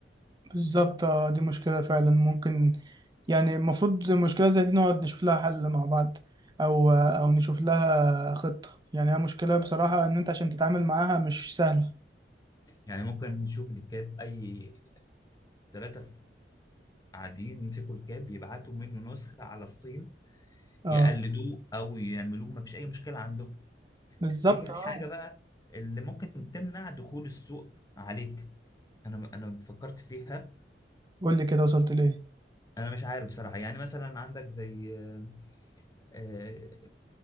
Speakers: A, on the right; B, on the left.
A: بالظبط آه، دي مشكلة فعلا ممكن يعني المفروض مشكلة زي دي نقعد نشوف لها حل مع بعض أو آه، أو نشوف لها خطة يعني هي مشكلة بصراحة إن أنت عشان تتعامل معاها مش سهلة
B: يعني ممكن نشوف الكاب اي ثلاثه قاعدين يمسكوا الكاب يبعتوا منه نسخه على الصين
A: اه
B: يقلدوه او يعملوه ما فيش اي مشكله عندهم
A: بالظبط
B: ايه الحاجه
A: اه
B: بقى اللي ممكن تمنع دخول السوق عليك انا انا فكرت فيها
A: قول لي كده وصلت لإيه
B: انا مش عارف بصراحه يعني مثلا عندك زي آه، آه،